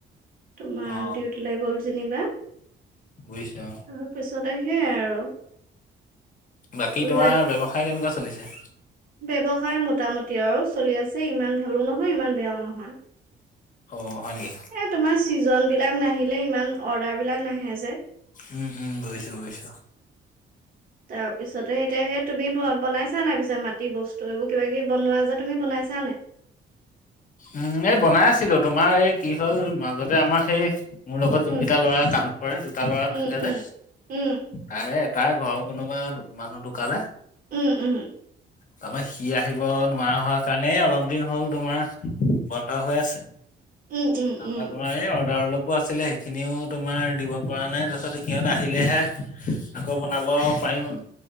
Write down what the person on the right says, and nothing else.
তোমাৰ
ডিউটিলৈ গ'ল যেনিবা
তাৰপিছতে সেইয়াই আৰু
উম,
বে-
ব্যৱসায় মোটামুটি আৰু চলি আছে ইমান ভালো নহয় ইমান বেয়াও নহয়।
এ তোমাৰ ছিজনবিলাক নাহিলে ইমান অৰ্ডাৰবিলাক নাহে যে।
তাৰপিছতে এতিয়াহে তুমি বনাইছা নাই পিছে মাটি বস্তু এইবোৰ কিবাকিবি বনোৱা যে তুমি বনাইছা নাই?
উম,
উম,
উম, উম,
উম-উম।
উম, উম,
উম,